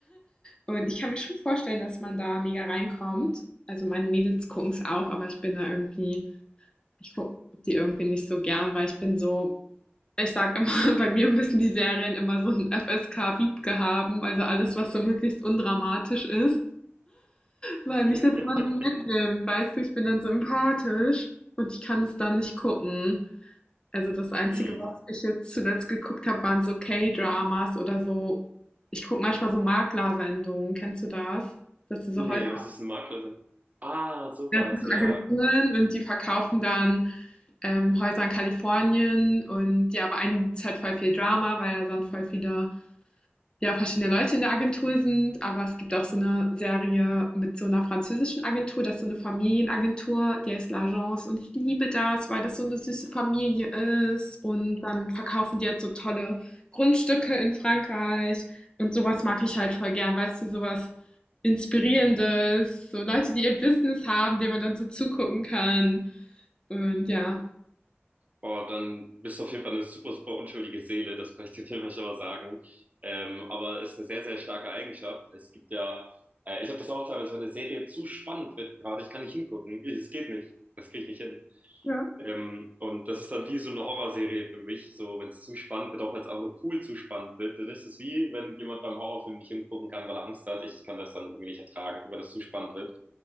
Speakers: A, on the left; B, on the right.
A: Und ich kann mir schon vorstellen, dass man da mega reinkommt. Also meine Mädels gucken es auch, aber ich bin da irgendwie, ich gucke die irgendwie nicht so gern, weil ich bin so, ich sage immer, <laughs> bei mir müssen die Serien immer so 'n FSK-Wiebke haben, also alles, was so möglichst undramatisch ist, weil mich
B: <laughs>
A: das immer so mitnimmt, weißt du? Ich bin dann so empathisch und ich kann es dann nicht gucken. Also, das Einzige,
B: Mm.
A: was ich jetzt zuletzt geguckt habe, waren so K-Dramas oder so ich gucke manchmal so Maklersendungen. Kennst du das? Dass diese
B: Nee,
A: Häuser
B: was ist ein Maklerin? Ah, sowas,
A: das sind so
B: ja.
A: Agenturen und die verkaufen dann, ähm, Häuser in Kalifornien und ja, bei einigen gibt's halt voll viel Drama, weil da dann voll viele ja, verschiedene Leute in der Agentur sind, aber es gibt auch so eine Serie mit so einer französischen Agentur, das ist so eine Familienagentur, die heißt L'Agence und ich liebe das, weil das so eine süße Familie ist und dann verkaufen die jetzt so tolle Grundstücke in Frankreich und sowas mag ich halt voll gern, weißt du, sowas Inspirierendes, so Leute, die ihr Business haben, denen man dann so zugucken kann und ja.
B: Oh, dann bist du auf jeden Fall eine super, super unschuldige Seele, das kann ich dir auf jeden Fall schon mal sagen. Ähm, aber ist eine sehr, sehr starke Eigenschaft. Es gibt ja, äh, ich habe das auch teilweise, wenn eine Serie zu spannend wird gerade, ich kann nicht hingucken. Ich- Es geht nicht. Das kriege ich nicht hin.
A: Ja,
B: Ähm, und das ist dann wie so eine Horrorserie für mich. So, wenn es zu spannend wird, auch wenn es einfach nur cool zu spannend wird, dann ist es wie, wenn jemand beim Horrorfilm nicht hingucken kann, weil er Angst hat. Ich kann das dann irgendwie nicht ertragen, weil das zu spannend wird.